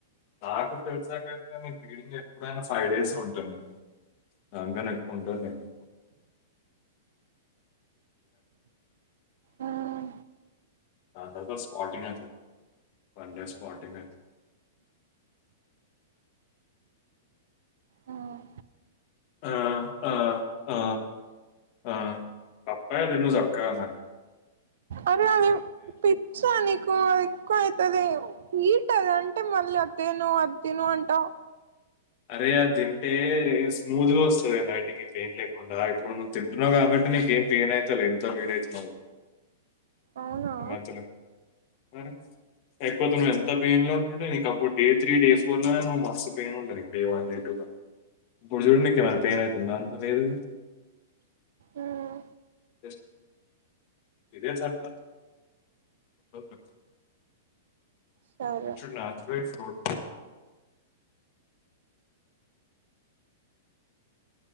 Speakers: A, on the left (about 30°); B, on the right (about 65°).
A: నాకు తెలిసాకైతే న వీడింగ్ ఎప్పుడైనా ఫైవ్ డేస్ ఉంటాంది దానికన్నా ఎక్కువ ఉండదు నీకు
B: మ్మ్.
A: నాతో స్పటింగ్ ప స్పటింగ్ <unintelligible>
B: మ్మ్.
A: ఆ ఆ ఆ ఆ అప్పాదన్న అక్కా అనాలి
B: అరే అది పిచ్చ నీకు ఎక్కువ అయితది హీట్ అది అంటే మళ్ళీ అద్దిను అద్దిను అంటావ్
A: అరే అ తింటే స్మూద్గా వస్తుంది బయటికి పెయిన్ లేకుండా ఇప్పుడు నువ్వు తింటున్నావు కాబట్టి నీకేం పెయిన్ అవుతు ఎంత బ్లేడ్ అయితున్నా
B: అవునా
A: ఆ తిను మరి లేకపోతే నువ్వు ఎంత పెయిన్ లో ఉంటండే నీకు అప్పుడు డే త్రీ డే ఫోర్ లోనే నువ్వు మస్ పెయిన్ ఉండడి డే వన్ డే టూ ఇప్పుడు చూడు నీకు ఏమైనా పెయిన్ అయి తుంద లేదు
B: మ్మ్.
A: గ ఇదే స ఒకే
B: సరే
A: ఇట్స్ షుడ్ నాచురలీ ఫ్లోట్